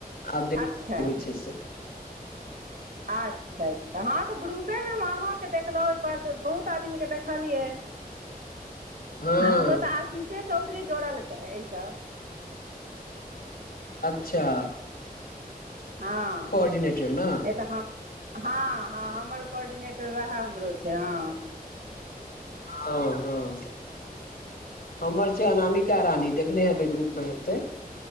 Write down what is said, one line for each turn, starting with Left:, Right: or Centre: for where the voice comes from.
Left: आब देख
Right: अच्छा
Left: <unintelligible> होइ छै से
Right: आच्छा अच्छा हँ तऽ ग्रुप तें हम अहां के देखलहु ओहिके बाद बहुत आदमी के देखलियै
Left: हँ
Right: हमरो तऽ आशीषे चौधरी जोड़लकै एहिसँ
Left: अच्छा
Right: हँ
Left: कोर्डिनेटर ने
Right: नहि तऽ हम हँ हँ हमर कोर्डिनेटर वएह हमरो छै हँ
Left: ह हँ हमर छै अनामिका रानी देखने हेबै ग्रुपमे हेतैय